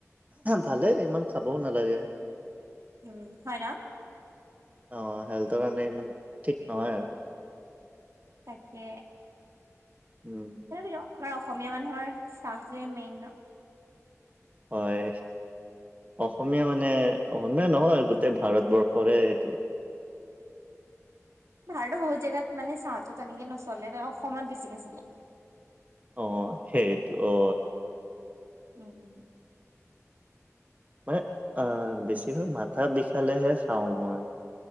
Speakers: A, on the right; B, on the right.
A: ভালে ইমান খাবও নালাগে
B: উম হয় ন
A: অ হেল্থৰ কাৰণে ইমান ঠিক নহয় আ
B: তাকে
A: উম
B: অসমীয়া মানুহৰ চাহটোৱে মেইন ন
A: হয়। অসমীয়া মানে অসমীয়া নহয় গোটেই ভাৰতবৰ্ষৰে এইটো
B: ভাহতৰ বহুত জেগাত মানে চাহতো তেনেকে নচলে অসমত বেছিকে চলে
A: অ সেইটো অ
B: উম
A: মান আহ বেছিভাগ মাথা বিষালেহে খাওঁ মই